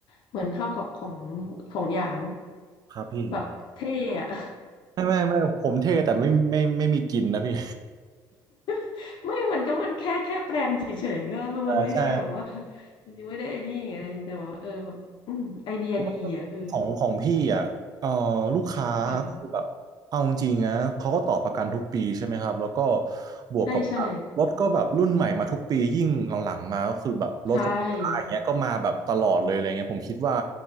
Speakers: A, on the left (about 65°); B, on the right (about 45°).
A: เหมือนเท่ากับของของหยาง
B: ครับพี่
A: แบบเท่อะ
B: ไม่ไม่ไม่ผมเท่แต่ไม่ไม่ไม่มีกินนะพี่
A: <laughs> ไม่มันก็มันแค่แค่แปลนเฉยๆก็มันไม่ได้แบบว่า
B: เออใช่
A: มันยังไม่ได้ไอ้นี่ไงแต่ว่าเออแบบอืมไอเดียดีอ่ะเออ
B: ของของพี่อ่ะเอ่อลูกค้าคือแบบเอาจริงๆนะเขาก็ต่อประกันทุกปีใช่ไหมครับแล้วก็
A: ค่ะ
B: บวกกับว่ารถก็แบบรุ่นใหม่มาทุกปียิ่งหลังๆมาก็คือแบบรถไฟฟ้าอย่างเงี้ยก็มาแบบตลอดเลยอะไรเงี้ยผมคิดว่า
A: ใช่ใช่ใช่